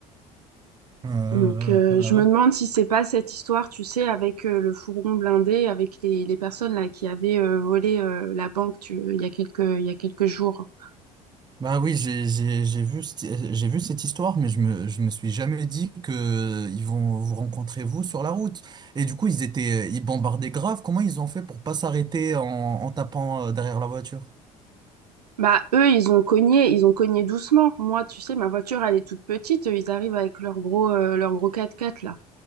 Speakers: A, on the right (about 20°); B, on the right (about 85°).
A: Euh,
B: Donc, euh,
A: euh,
B: je me demande si c'est pas cette histoire, tu sais, avec euh, le fourgon blindé, avec les, les personnes là qui avaient euh, volé euh, la banque tu- il y a quelques, il y a quelques jours.
A: bah oui, j'ai, j'ai, j'ai vu, cette- j'ai vu cette histoire, mais je me, je me suis jamais dit que euh, ils vont vous rencontrer vous sur la route. Et du coup, ils étaient, ils bombardaient grave. Comment ils ont fait pour pas s'arrêter en, en tapant euh, derrière la voiture?
B: Bah, eux, ils ont cogné, ils ont cogné doucement. Moi, tu sais, ma voiture, elle est toute petite. Eux, Ils arrivent avec leur gros, euh, leur gros 4x4, là.